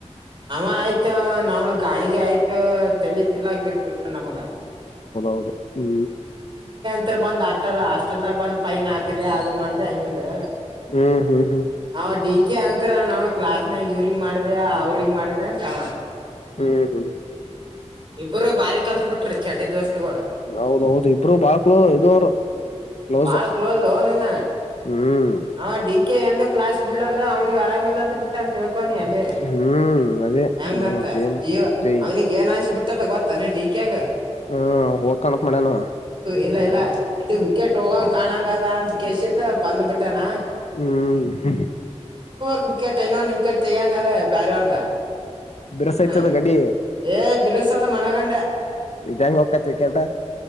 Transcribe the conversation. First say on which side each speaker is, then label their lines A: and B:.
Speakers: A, on the right; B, on the left.
A: ಅಂವ ಆಯ್ತ ಅಂವ ನಾವನ್ ಗಾಣಗ್ಯ ಆಯ್ತ ತೇಲಿ ತೀಲಗತ್ತ್ ಬಿಟ್ಟನ್ ನಮಗ.
B: ಹೌದು ಹ್ಮ್
A: ಇತ್ರ ಬಂದ ಆಟರ ಹಾಸ್ಟೆಲ್ದಾಗ್ ಬಂದ್ ಫೈನ್ ಹ ಅದು ಮಾಡ್ದ ಇವಂದು
B: ಹ್ಮ್ ಹ್ಮ್ ಹ್ಮ್
A: ಆ ಡಿ ಕ ಕ್ಯ ಅಂತರ ನಾವ ಕ್ಲಾಸ್ನಾಗ ಇವ್ರಗ್ ಮಾಡಿದೆ ಅವ್ರಗ್ ಮಾಡಿದೆ ಅಂತ ಅವ.
B: ಹ್ಮ್ ಹ್ಮ್.
A: ಇಬ್ಬರು ಬಾರಿ ಕಲ್ತ್ ಬಿಟ್ರಿ ಚಡ್ಡಿ ದೋಸ್ತ್ ಸ್ತಗೋಳ
B: ಹೌದೌದು ಇಬ್ರು ಬಾಳ ಕ್ಲೋ ಇದು ಅವರು ಕ್ಲೋಸ್
A: ಬಾಳ ಕ್ಲೋಜ ಹ ನೀನ.
B: ಹ್ಮ್
A: ಹಾ ಡಿ ಕೆ ಎಂದ ಕ್ಲಾಸ್ ಬಿಡ್ಲಾರ್ದ ಅವ್ನಿಗೆ ಆರಾಮಿಲ್ಲ ಅಂತ ಬಿಟ್ಟ ಅಂತ ಹೇಳ ಹಕನಿ ಅಲ್ಲಿ
B: ಹ್ಮ್ ಅದೇ
A: ಹೆಂಗಂತ
B: ಮತ್ತೇನ್
A: ಜೀವ
B: ಅದೇ
A: ಅವ್ನಿಗೆ ಏನ್ ಅನ್ಸಬಿಟ್ ಬಿಟ್ಟದ ಗೊತ್ತ ಏನ್ ಡಿ ಕ್ಯಾಗ್.
B: ಹ್ಮ್ ಹೋಕಾಣತ್ ಮಾಡ್ಯನು.
A: ಇಲ್ಲ ಇಲ್ಲ ಇ ವಿಕೆಟ್ ಹೋಗಂಗ್ ಕಾಣಾಂಗದಾ ಅಂತ ಕಸಿಂದ ಬಂದ್ ಬಿಟ್ಟಾನ.
B: ಹ್ಮ್.
A: <inaudible> ಕಡೆ ತೆಗನ್ ಕದ ಭಾರಿ ಅವರ್ದ
B: ಬಿರ್ಸೈತದ
A: ಹ್ಮ
B: ಗಡಿ
A: ಏ ಬಿರುಸ ಅದ ಮಣಗಂಡ.
B: ಇದಂಗಗೆ ಒಕ್ಕತ್ರಿ ಕೆೇಟ.